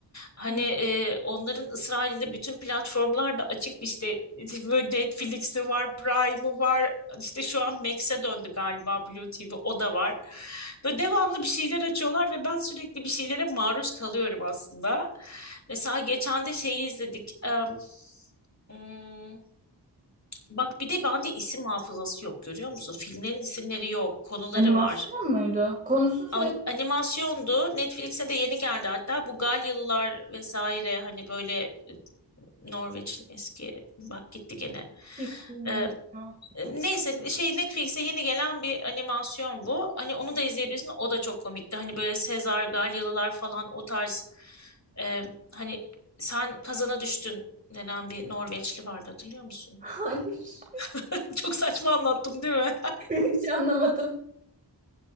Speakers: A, on the left; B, on the right.
A: Hani
B: Hı.
A: e, onların İsrail'de bütün platformlar da açık. İşte <laughs> böyle Netflix'i var, Prime'ı var. İşte şu an Max'e döndü galiba Blue TV. O da var. Böyle devamlı bir şeyler açıyorlar ve ben sürekli bir şeylere maruz kalıyorum aslında. Mesela geçen de şeyi izledik. Em, hmm, Bak bir de bende isim hafızası yok görüyor musun? Filmlerin isimleri yok, konuları
B: Animasyon
A: var.
B: muydu? Konusunu söyle.
A: An- Animasyondu. Netflix'e de yeni geldi hatta. Bu Galyalılar vesaire hani böyle Norveç'in eski bak gitti gene.
B: Hiç bilmiyorum
A: Ee,
B: ya.
A: neyse şey Netflix'e yeni gelen bir animasyon bu. Hani onu da izleyebilirsin. O da çok komikti. Hani böyle Sezar, Galyalılar falan o tarz e, hani sen kazana düştün denen bir Norveçli vardı hatırlıyor musun?
B: <laughs> Hayır.
A: <laughs> Çok saçma anlattım değil mi?
B: <laughs> Hiç anlamadım.